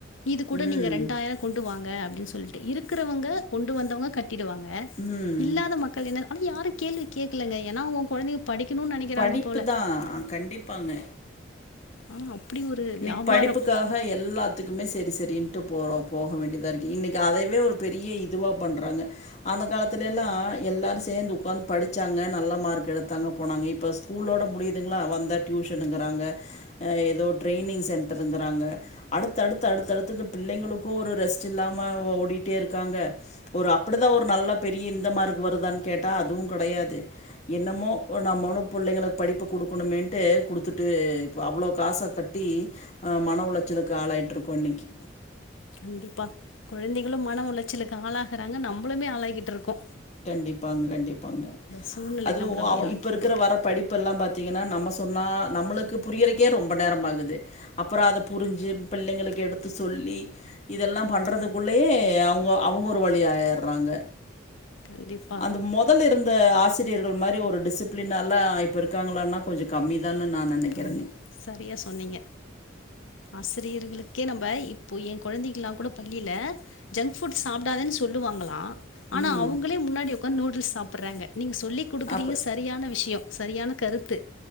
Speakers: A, on the left; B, on the left.
A: இது கூட
B: ம்.
A: நீங்க ரெண்டாயிர கொண்டு வாங்க அப்டி சொல்ட்டு இருக்குறவங்க கொண்டு வந்தவங்க கட்டிடுவாங்க
B: ம்
A: இல்லாத மக்கள் என்ன ஆனா யாரு கேள்வி கேக்குலங்க ஏன்னா அவங்க கொழந்தைங்க படிக்கணு நெனைக்கிறாங்க
B: படிப்பு
A: போல
B: தான் கண்டிப்பாங்க
A: ஆனா அப்படி ஒரு
B: இன்னைக்
A: வியாபாரம்
B: படிப்புக்கா க எல்லாத்துக்குமே செரி செரின்ட்டு போறோ போக வேண்டியதா இருக்கு இன்னிக்கு அதைவே ஒரு பெரிய இதுவா பண்றாங்க அந்த காலத்துல எல்லா எல்லாரு சேந்து உக்காந்து படிச்சாங்க நல்ல மார்க் எடுத்தாங்க போனாங்க இப்பஸ் கூலோட முடியுதுங்களா வந்தா டியூஷனுங்குறாங்க அ எதோ ட்ரைெயனிங் சென்டருங்குறாங்க அடுத்து அடுத்து அடுத்து அடுத்து இந்த பிள்ளைங்களுக்கு ஒரு ரெஸ்ட் இல்லாம ஓடிட்டே இருக்காங்க ஒரு அப்டிதா ஒரு நல்ல பெரிய இந்த மார்க்கு வருதான் கேட்டா அதுவு கெடையாது என்னமோ நம்மோனோ புள்ளைங்கள படிப்பு குடுக்கணுமேன்ட்டு குடுத்துட்டு இப்போ அவ்ளோ காச கட் டி அ மன உளச்சலுக்கு ஆளாய்ட்டுருக்கோ இன்னைக்கி
A: கண்டிப்பா குழந்தைகளு மன உளைச்சலுக்கு ஆளாகறாங்க நம்பளுமே ஆளாய்கிட்ருக்கோ
B: கண்டிப்பாங்க கண்டிப்பாங்க
A: சூழ்நிலை
B: அதுவு
A: நம்மள அப்படி
B: அவ
A: ஆக்கிட்டு
B: இப்ப இருக்குற
A: இருக்கு.
B: வர படிப் பெல்லா பாத்தீங்கன்னா நம்ம சொன்னா நம்மளுக்கு புரியறக்கே ரொம்ப நேரம் ஆகுது அப்பறோ அத புரிஞ்சி பிள்ளைங்களுக்கு எடுத்து சொல்லி இதெல்லா பண்ணுறதுக்குள்ளயே அவங்க அவங்க ஒரு வழி ஆயிர்றாங்க
A: கண்டிப்பா
B: அந்த மொதல் இருந்த ஆசிரியர்கள் மாரி ஒரு டிசிப்ளின்னால்லா இப்ப இருக்காங்களான்னா கொஞ்ச‌கம்மி தான்னு நா நெனைக்கிறேங்க
A: கம்மி. சரியா சொன்னீங்க ஆசிரியர்களுக்கே நம்ப இப்போ எ கொழந்தைகள்லா கூட பள்ளில ஜங்க் ஃபுட் சாப்டாதன் சொல்லுவாங்களா ஆனா
B: ம்
A: அவங்களே முன்னாடி உக்காந் நூடுல்ஸ் சாப்புட்றாங்க நீங்க் சொல்லி் குடுக்குறீங்க
B: அப்புறோ
A: சரியான விஷயோ சரியான கருத்து